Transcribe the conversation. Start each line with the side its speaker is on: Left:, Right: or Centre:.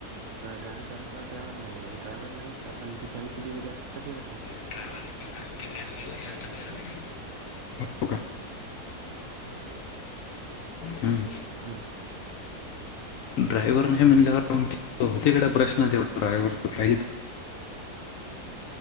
Right: गाडी चालवणारला ड्रायव्हर नाही ड्रायव्हर नाही आणि ती फॅमिली जात फिरत
Left: हा <inaudible> हो का हम्म.
Right: हा
Left: ड्रायव्हर नाही म्हण तिकड प्रश्न तेवढा ड्रायव्ह काही